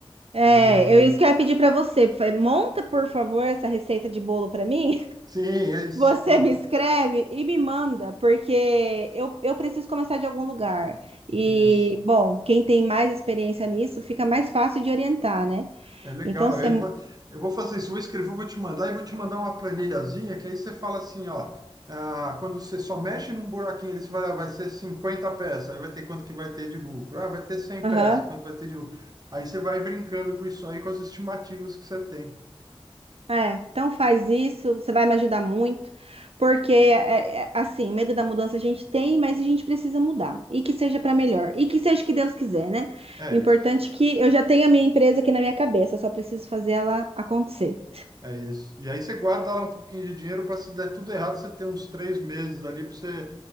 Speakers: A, on the right; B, on the right.
A: É,
B: E
A: eu isso que eu ia pedir pra você. Falei, Monta, por favor, essa receita de bolo pra mim.
B: sim, é isso,
A: Você
B: pronto.
A: me escreve e me manda, porque eu, eu preciso começar de algum lugar. E,
B: Isso.
A: bom, quem tem mais experiência nisso fica mais fácil de orientar, né?
B: É legal.
A: Então, você.
B: Eu, fa- eu vou fazer isso, vou escrever, eu vou te mandar e vou te mandar uma planilhazinha que aí você fala assim, ó, ah, quando você só mexe num buraquinho, eles vai, ah, vai ser 50 peças, aí vai ter quanto que vai ter de lucro. Ah, vai ter 100
A: Aham.
B: peças, quanto vai ter de lucro. Aí você vai brincando com isso aí, com as estimativas que você tem.
A: É, então faz isso, você vai me ajudar muito, porque, é, é, assim, o medo da mudança a gente tem, mas a gente precisa mudar. E que seja para melhor. E que seja o que Deus quiser, né?
B: É
A: O importante
B: isso.
A: é que eu já tenho a minha empresa aqui na minha cabeça, eu só preciso fazer ela acontecer.
B: É isso. E aí você guarda lá um pouquinho de dinheiro para se der tudo errado, você ter uns três meses ali para você